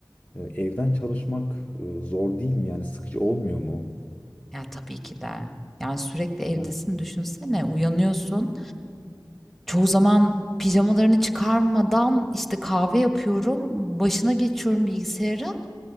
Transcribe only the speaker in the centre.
Ya tabii ki de. Yani sürekli evdesin
düşünsene. Uyanıyorsun. Çoğu zaman pijamalarını çıkarmadan işte kahve yapıyorum. Başına geçiyorum bilgisayarın.